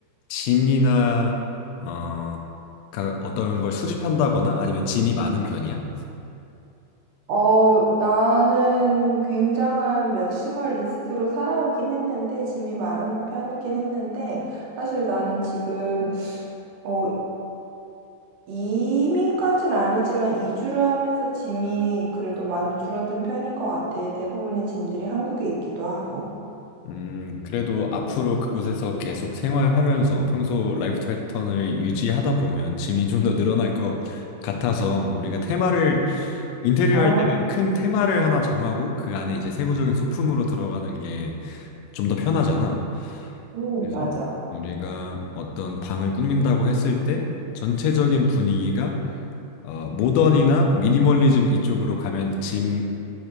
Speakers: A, on the left (about 85°); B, on the right (about 70°).
A: 짐이나 어, 가- 어떤 걸 수집한다거나 아니면 짐이 많은 편이야?
B: 어, 나는 굉장한 맥시멀리스트로 살아오긴 했는데, 짐이 많은 편이긴 했는데, 사실 나는 지금, 어, 이민까진 아니지만 이주를 하면서 짐이 그래도 많이 줄어든 편인 것 같아. 대부분의 짐들이 한국에 있기도 하고.
A: 음, 그래도 앞으로 그곳에서 계속 생활하면서 평소 라이프 패턴을 유지하다 보면 짐이 좀 더 늘어날 것 같아서 우리가 테마를 인테리어
B: 아,
A: 할 때는 큰 테마를 하나 정하고 그 안에 이제 세부적인 소품으로 들어가는 게 좀 더 편하잖아.
B: 음,
A: 그래서
B: 맞아.
A: 우리가 어떤 방을 꾸민다고 했을 때 전체적인 분위기가 어, 모던이나 미니멀리즘 이쪽으로 가면 짐